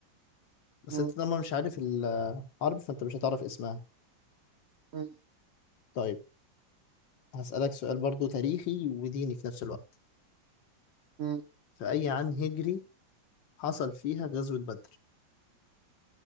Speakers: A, on the left (about 70°); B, on the right (about 80°).
A: بس
B: مم.
A: أنت طالما مش عارف الحرب فأنت مش هتعرف اسمها
B: مم.
A: طيب هسألك سؤال برضو تاريخي وديني في نفس الوقت
B: مم.
A: في أي عام هجري حصل فيها غزوة بدر